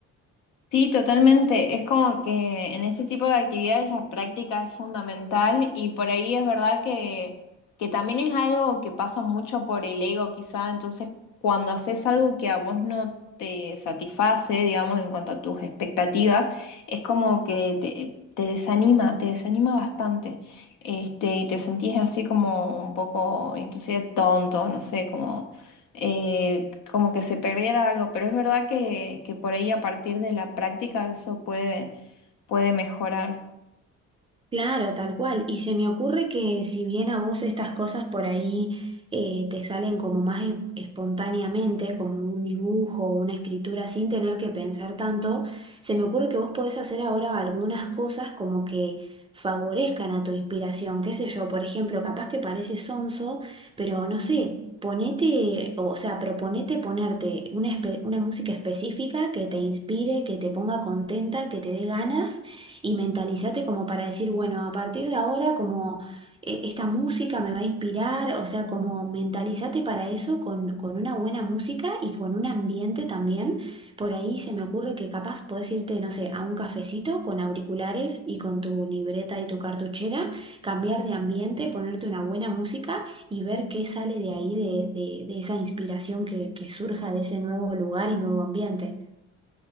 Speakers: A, on the left; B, on the right.
A: Sí, totalmente. Es como que en este tipo de actividades la práctica es fundamental y por ahí es verdad que, que también es algo que pasa mucho por el ego quizá. Entonces, cuando haces algo que a vos no te satisface, digamos, en cuanto a tus expectativas, es como que te, te desanima, te desanima bastante. Este, y te sentís así como un poco, inclusive tonto, no sé, como eh, como que se perdiera algo, pero es verdad que, que por ahí a partir de la práctica eso puede, puede mejorar.
B: Claro, tal cual. Y se me ocurre que si bien a vos estas cosas por ahí eh, te salen como más e- espontáneamente, como un dibujo o una escritura sin tener que pensar tanto, se me ocurre que vos podés hacer ahora algunas cosas como que favorezcan a tu inspiración. Qué sé yo, por ejemplo, capaz que parece sonso, pero no sé, ponete, o sea, proponete ponerte una, espe- una música específica que te inspire, que te ponga contenta, que te dé ganas y mentalízate como para decir, bueno, a partir de ahora como eh, esta música me va a inspirar, o sea, como mentalízate para eso con, con una buena música y con un ambiente también. Por ahí se me ocurre que capaz podés irte, no sé, a un cafecito con auriculares y con tu libreta y tu cartuchera, cambiar de ambiente, ponerte una buena música y ver qué sale de ahí, de, de- de esa inspiración que, que surja de ese nuevo lugar y nuevo ambiente.